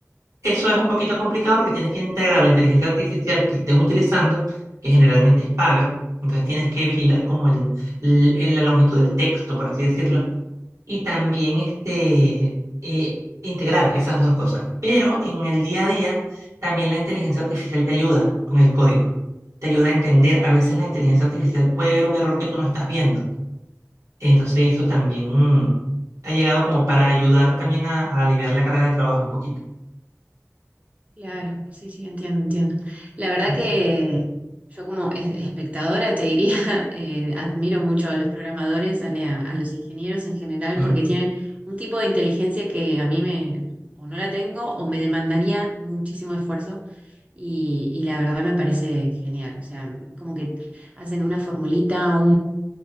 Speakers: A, on the right; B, on the right.
A: Eso es un poquito complicado porque tienes que integrar la inteligencia artificial que estés utilizando, que generalmente es paga. Entonces tienes que vigilar como el, el- la longitud del texto, por así decirlo, y también este, eh, integrar esas dos cosas. Pero en el día a día también la inteligencia artificial te ayuda con el código. Te ayuda a entender. A veces la inteligencia artificial puede ver un error que tú no estás viendo. Entonces eso también mm, ha llegado como para ayudar también a, a aliviar la carga de trabajo un poquito.
B: Claro, sí, sí, entiendo, entiendo. La verdad
A: Mm,
B: que yo como es- espectadora te diría, <laughs> eh, admiro mucho a los programadores, a, la- a los ingenieros en general,
A: mm.
B: porque tienen un tipo de inteligencia que a mí me, o no la tengo, o me demandaría muchísimo esfuerzo, y, y la verdad me parece genial. O sea, como que hacen una formulita,